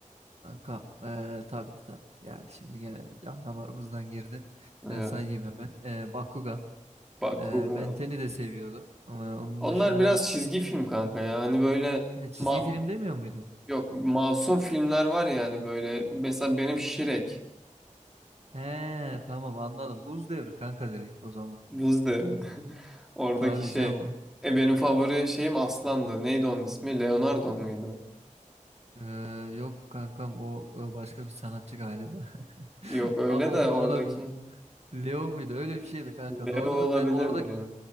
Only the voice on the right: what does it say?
Kankam, e, tabii tabii. Yani şimdi gene can damarımızdan girdin. E,
sayayım hemen. E, Bakugan.
E, Ben 10'i de seviyordum. E, onun
dışında
e, çizgi
film demiyor muydun?
He tamam anladım. Buz Devri kanka direkt o zaman.
Tabii
canım.
E, yok kankam o e, başka bir sanatçı galiba. <laughs>
Ama ona,
ona mı? Leo muydu? Öyle bir şeydi kanka.
Doğrudur.
Ben orada